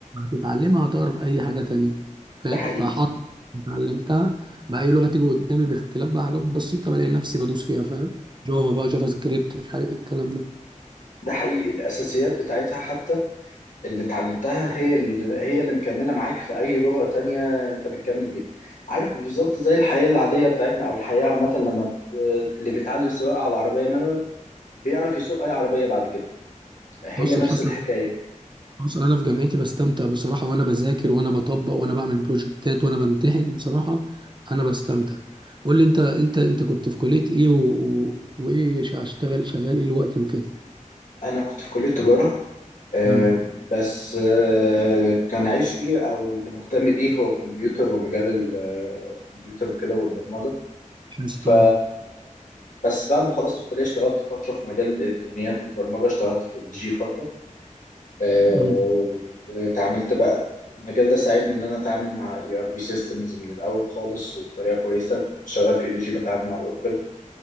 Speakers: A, on the right; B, on the left.
A: هتتعلمها هتعرف اي حاجه تانية فاهم
B: ده حقيقي
A: فحط اتعلمتها بقى اي لغه تيجي قدامي باختلاف بقى حاجات بسيطه بلاقي نفسي بدوس فيها فاهم جافا بقى جافا سكريبت مش عارف ايه الكلام ده
B: ده حقيقي الاساسيات بتاعتها حتى اللي اتعلمتها هي اللي هي اللي مكمله معاك في اي لغه تانية انت بتكمل بيها عارف بالظبط زي الحياه العاديه بتاعتنا او الحياه عامه لما ب- اللي بيتعلم سواقه على عربيه مانوال بيعرف يسوق اي عربيه بعد كده هي
A: حصل
B: نفس
A: حصل
B: الحكايه
A: حصل انا في جامعتي بستمتع بصراحه وانا بذاكر وانا بطبق وانا بعمل بروجكتات وانا بمتحن بصراحه انا بستمتع قول لي انت انت انت كنت في كليه ايه و... و... وايه ش- هشتغل شغال ايه الوقت وكده
B: انا كنت في كليه تجاره آه،
A: مم.
B: بس آه، كان عايش ايه او اللي مهتم بيه هو الكمبيوتر ومجال ال- آه، الكمبيوتر وكده والبرمجه
A: حسيت
B: ف
A: اه
B: بس بعد ما خلصت الكليه اشتغلت فتره في مجال الالكترونيات والبرمجه اشتغلت في ال جي فتره آه،
A: مم.
B: واتعاملت بقى المجال ده ساعدني ان انا اتعامل مع اي ار بي سيستمز من الاول خالص وبطريقه كويسه كنت شغال في ال جي بتعامل مع الاوركل